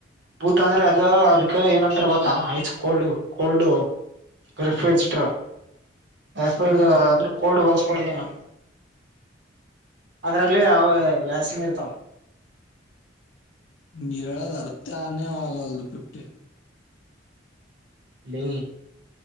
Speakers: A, on the right (about 65°); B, on the left (about 75°).
A: ಬೂತ ಅಂದ್ರೆ ಅದ ಅದ್ಕ ಏನಂತಾರ ಬತ್ತ ಐಸ್ ಕೋಲ್ಡ್ ಕೋಲ್ಡು ರರಿಫ್ರಿಜಟ್ರ ಎ
B: ಹಾ
A: ಅಂದ್ರೆ ಕೋಡ್ ಹಲ್ ಕೊಡುದನಾ ಅದ್ರಲ್ಲಿ ಅವ ವ್ಯಾಸನಿ ಇರ್ತಾವ
B: ನೀರಳದ್ ಅರ್ಥ ಆನೇವಾಗಲ್ದು ಪಿಫ್ಟಿ
A: ನೀ